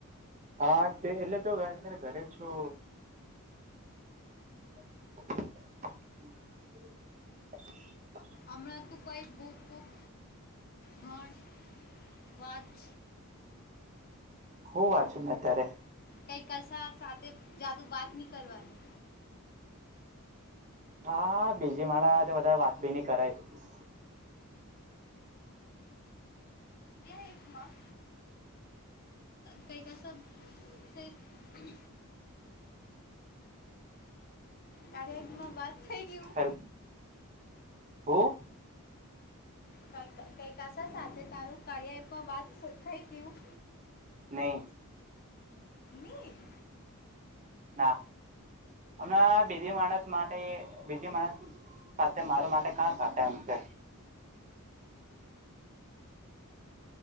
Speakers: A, on the right; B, on the left.
A: હા તે એટલે તો મેં અત્યારે ઘરે છો <inaudible>
B: અમના તુ કંઈક બુક કુક. ઘાણ વાંચ.
A: હું વાચું મે અત્યારે
B: કઈ કરસા સાતે જાદુ વાત નહી કરવાની.
A: હા બીજી માળા તો બધાર વાત બી ની કરાય.
B: ખમાં કઈ કસ શે હમ. કાર્ય એપમાં વાત થઈ ગયું.
A: હેલ હું
B: કઈ કઈ કસા સાથે તારું કાર્ય એપ વાત થઈ ગયું.
A: નહી
B: નહીં
A: ના હમણાં બીજી માણસ માટે બીજી માણસ પાસે મારું માટે કા થાપા એમ છે.